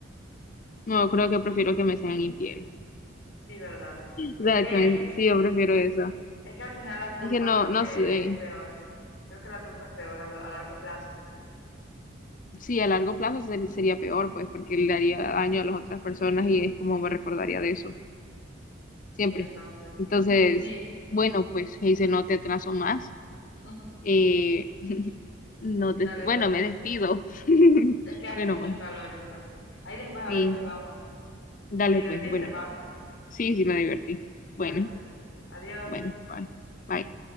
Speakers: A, on the left; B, on the left.
A: No, creo que prefiero que me sean infiel.
B: sí, verdad. Es
A: O sea,
B: que,
A: que me, sí, yo prefiero eso.
B: es que al final la culpa
A: Es que no,
B: creo
A: no
B: que
A: sé.
B: es peor. Creo que la culpa es peor a, lo- a largo plazo.
A: Sí, a largo plazo ser- sería peor, pues, porque le daría daño a las otras personas y es como me recordaría de eso, siempre.
B: Sí, entonces,
A: Entonces,
B: sí.
A: bueno, pues, dice, no te atraso más.
B: <laughs>
A: Eh, no te,
B: Dale,
A: bueno,
B: pues.
A: me despido. <laughs>
B: Es que hace
A: Bueno,
B: mucho
A: pues,
B: calor entonces. Ahí después a
A: sí,
B: ver si jugamos.
A: dale,
B: ¿Te divertiste,
A: pues, bueno.
B: pa?
A: Sí, sí, me divertí. Bueno,
B: Dale, pues. Adiós.
A: bueno, bye. Bye.